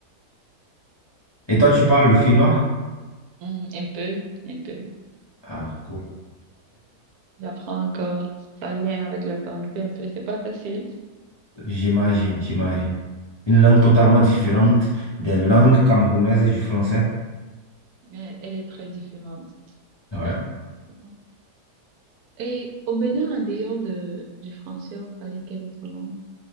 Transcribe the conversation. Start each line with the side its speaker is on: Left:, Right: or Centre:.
Left: Et toi, tu parles le finnois?
Right: Hmm, un peu, un peu.
Left: Ah, cool.
Right: J'apprends encore. Ça vient avec le temps, un peu, un peu. C'est pas facile,
Left: J'imagine, j'imagine. Une langue totalement différente des langues camerounaises et du français.
Right: mais elle est très différente.
Left: Ouais.
Right: Très, très différente. Et au Bénin, en dehors de, du français, vous parlez quelle autre langue?